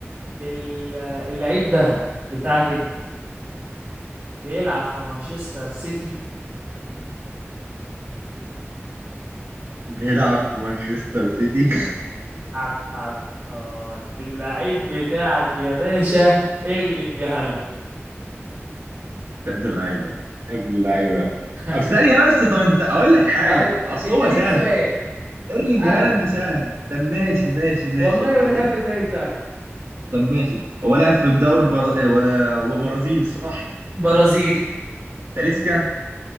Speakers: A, on the right; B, on the right.
A: ال- اللعيب ده بتاعك أنت بيلعب في مانشستر سيتي
B: بيلعب في مانشستر سيتي
A: عن عن آه اللعيب بتاعك يا باشا ايرلينج هالاند
B: <laughs> يا ابن اللعيبه يا ابن اللعيبه
A: <laughs>
B: طب ثانيه بس طب انت اقول لك حاجه
A: طيب
B: اصل
A: انت
B: هو
A: ليك
B: سهل
A: سؤال
B: ايرلينج
A: تسأله
B: هالاند سهل طب ماشي ماشي ماشي
A: والله
B: اللعيب
A: واللعب بتاعي سهل
B: طب ماشي هو لاعب في الدوري البر... آه، ولا- وبرازيلي صح
A: برازيلي
B: تاليسكا